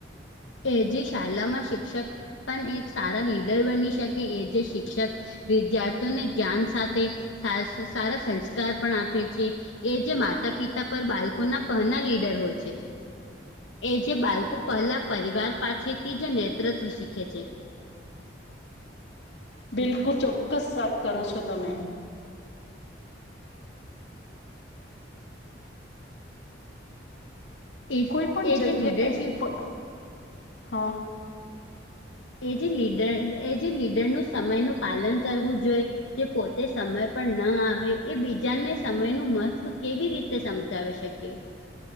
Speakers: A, on the left; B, on the left.
A: એ જે શાલામાં શિક્ષક પણ એક સારા લીડર બની શકે એ જે શિક્ષક વિદ્યાર્થીઓને જ્ઞાન સાથે સારા સંસ્કાર પણ આપે છે એ જે માતા પિતા પર બાળકોના પહના લીડર હોય છે એ જે બાલકો પહેલા પરિવાર પાછથી જ નેતૃત્વ શીખે છે
B: બિલકુલ ચોક્કસ વાત કરો છો તમે.
A: એ
B: કોઈ પણ
A: એ
B: જગ્યા
A: જે લીડરશીપ
B: હ
A: એ જે લીડર એ જે લીડર નું સમયનું પાલન કરવું જોઈ જે પોતે સમય પણ ન આવે એ બીજાને સમયનું મહત્ત્વ કેવી રીતે સમજાવી શકે